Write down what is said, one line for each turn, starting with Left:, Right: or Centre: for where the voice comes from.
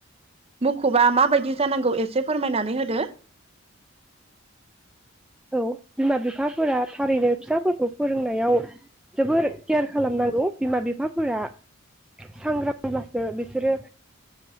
Right: मुखुबा माबायदि जानांगौ एसे फोरमायनानै होदो
Centre: औ बिमा बिफाफोरा थारैनो फिसाफोरखौ फोरोंनायाव जोबोर केयार खालामनांगौ बिमा बिफाफोरा सांग्रांब्लासो बिसोरो